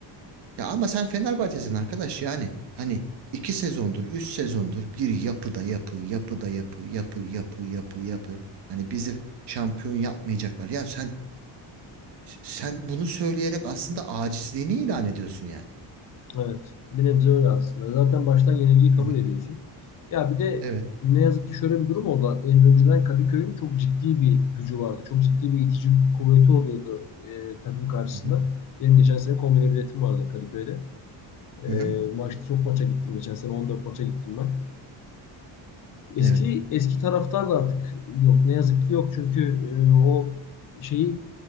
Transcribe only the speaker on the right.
Ya ama sen Fenerbahçe'sin arkadaş yani. Hani iki sezondur, üç sezondur bir yapıda yapı, yapıda yapı, yapı, yapı, yapı, yapı. Hani bizi şampiyon yapmayacaklar. Ya sen sen bunu söyleyerek aslında acizliğini ilan ediyorsun yani.
Hı hı.
Evet.
Hı hı.
Hı hı.
Evet.